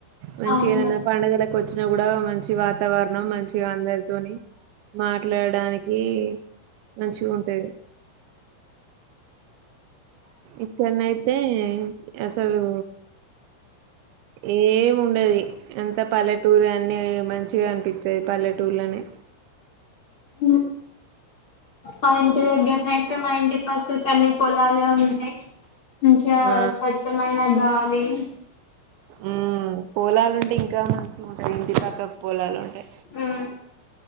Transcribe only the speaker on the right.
మంచిగ
ఏదన్నా పండుగలకు వచ్చినా కూడా మం మంచి వాతావరణం మంచిగా అందరితోని మాట్లాడడానికి మంచిగుంటది ఇతనైతే అసలు ఏముండది ఎంత పల్లెటూరు అన్ని మంచిగా అనిపిస్తాది పల్లెటూరులోనే
ఆ
ఉ పొలాలు ఉంటే ఇంకా మంచిగా ఉంటాయి ఇంటి పక్కకు పోలాలు ఉంటాయి